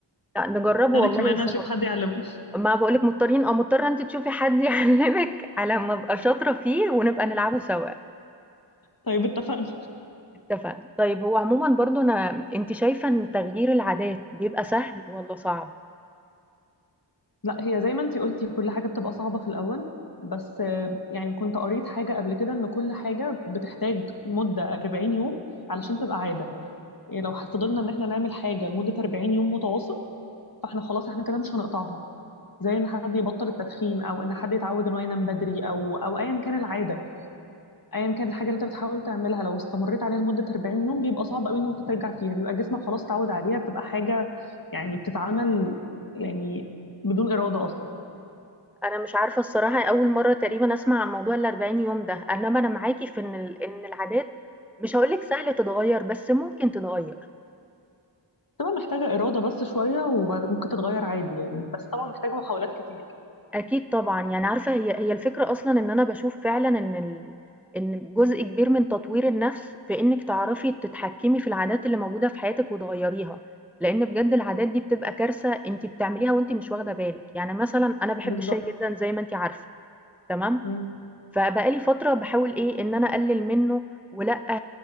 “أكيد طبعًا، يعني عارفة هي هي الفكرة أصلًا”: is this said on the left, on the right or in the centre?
Centre